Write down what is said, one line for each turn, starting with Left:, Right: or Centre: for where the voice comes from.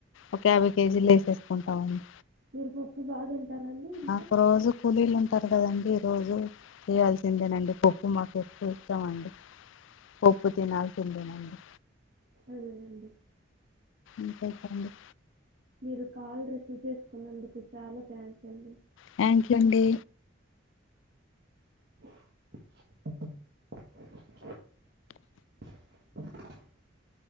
Left: ఒక యాభై కేజీలు వేసేసుకుంటామండి
Right: మీరు పప్పు బాగా తింటారండి ఇంకా
Left: అక్కొ రోజు కూలీలు ఉంటారు కదండి రోజు ఎయాల్సిందేనండి పప్పు మాకు ఎక్కువ ఇష్టమండి పప్పు తినాల్సిదేనండి
Right: అదేలేండి
Left: ఇంకేంటండి
Right: మీరు కాల్ రిసీవ్ చే కున్నందుకు చాలా థ్యాంక్స్ అండి
Left: థాంక్క్యూ అండి
Right: <inaudible> <inaudible>